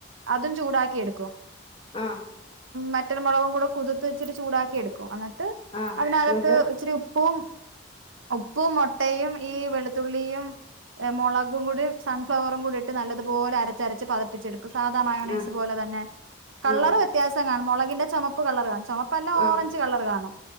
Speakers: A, on the right; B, on the left.
A: അതും ചൂടാക്കി എടുക്കും
B: ആഹ്
A: വറ്റൽ മുളകും കൂടെ കുതിർത്ത് വെച്ചിട്ട് ചൂടാക്കി എടുക്കും അന്നി ട്ട്
B: ആഹ് ആഹ്
A: അതിനകത്ത്
B: ഇങ്ങട്ട്
A: ഇച്ചിരി ഉ ഉപ്പും ഉപ്പും മൊട്ടയും ഈ വെളുത്തുള്ളിയും ഏ മുളകും കൂടി സൺ ഫ്ലവറും കൂടി ഇ ട്ട് നല്ലതു പോലെ അരച്ചരച്ച് പതപ്പിച്ചെടു സാദാ മയോണേസ്
B: ആഹ്
A: പോലെ തന്നെ കളർ
B: ആഹ്
A: വ്യത്യാസം കാണും മോളെ കിന്റെ ചുമപ്പ് കളറ് കാണും ചുമപ്പല്ല
B: ആഹ്
A: ഓറഞ്ച് കളർ കാണും